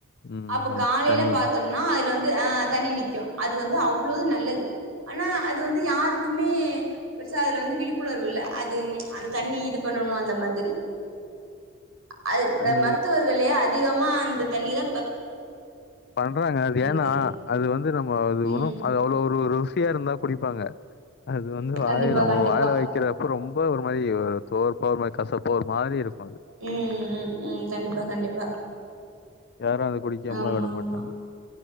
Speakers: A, on the left (about 50°); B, on the right (about 75°).
A: ம்
B: அப்ப
A: அந்த
B: காலையில
A: தண்ணி
B: பாத்தொம்னா அதுல வந் து ஆ தண்ணி நிக்கு அது வந்து அவ்ளவ் நல்லது ஆனா அ து வந்து யாருக் னி பெருசா அதுல வந்து விழிப்புணர்வு இல்ல அது அந்த தண்ணி இது பண்ணணு அந்த மாதிரி ந்திரி அ இந்த
A: அது
B: மருத்துவர்களே அதிகமா அந்த தண்ணித
A: பண்றாங்க அது ஏன்னா
B: மாரி
A: அது வந்து நம்ம அது
B: ம்
A: ஒணு அது அவ்ளவ் ஒரு ஒரு ருசியா இருந்தா குடி ப்பாங்க அது வந்து வாய
B: கண்டிப்பா
A: நம்ம
B: கண்டிப்பா
A: வாயில வைக்கிற அப்ப ரொம்ப ஒரு மாரி ஒரு துவர்பா ஒரு மாரி கசப் ப்ப ஒரு மாரி இருக்
B: ம் ம் ம் கண்டிப்பா கண்டிப்பா
A: யாரோ அத குடிக்காம
B: ஆமா
A: விட
B: ஆமா
A: மாட்டாங்க